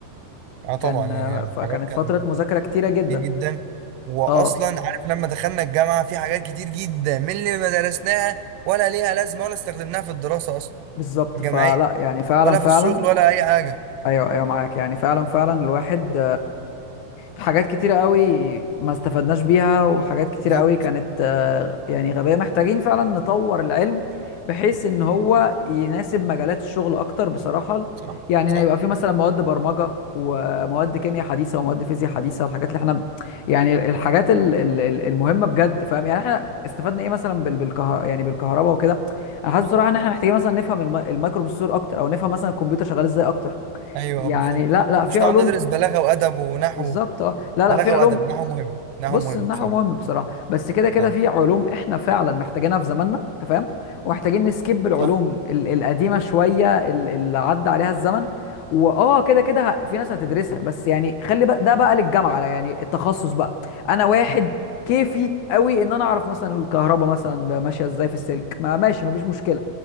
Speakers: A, on the right; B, on the left.
A: اه طبعا
B: كان
A: يعني
B: فكانت
A: حاجات كان
B: فترة مذاكرة كتيرة جدا
A: كتير جدا واصلا
B: اه
A: عارف لما دخلنا الجامعه في حاجات كتير جدا من اللي ما درسناها ولا ليها لازمه ولا استخدمناها في الدراسه اصلا
B: بالظبط
A: الجامعيه
B: فلا يعني فعلا
A: ولا
B: فعلا
A: في الشغل ولا اي حاجه
B: ايوه ايوه معاك يعني فعلا فعلا الواحد حاجات كتيرة قوي ما استفدناش بيها وحاجات كتيرة
A: بالظبط
B: قوي كانت آه، يعني غبية محتاجين فعلا نطور العلم بحيث ان هو يناسب مجالات الشغل اكتر بصراحة
A: صح
B: يعني
A: صح
B: ان يبقى في مثلا مواد برمجة ومواد كيمياء حديثة ومواد فيزياء حديثة الحاجات اللي احنا يعني الحاجات ال- ال- ال- المهمة بجد فاهم يعني احنا استفدنا ايه مثلا بال- بالكهر يعني بالكهرباء وكده انا حاسس بصراحة ان احنا محتاجين مثلا نفهم الم- الميكروبروسيسور اكتر او نفهم مثلا الكمبيوتر شغال ازاي اكتر
A: ايوه
B: يعني
A: بالظبط
B: لا لا
A: مش
B: في علوم
A: نقعد ندرس بلاغه وادب ونحو
B: بالظبط اه لا لا
A: بلاغه
B: في علوم
A: وادب نحو مهم نحو
B: بص
A: مهم
B: النحو
A: بصراحه
B: مهم بصراحه بس كده كده
A: اه
B: في علوم احنا فعلا محتاجينها في زماننا انت فاهم ومحتاجين نسكيب العلوم
A: صح
B: ال- القديمه شويه ال- اللي عدى عليها الزمن واه كده كده ه- في ناس هتدرسها بس يعني خلي بقى ده بقى للجامعه يعني التخصص بقى انا واحد كيفي قوي ان انا اعرف مثلا الكهرباء مثلا ماشيه ازاي في السلك ما ماشي مفيش مشكله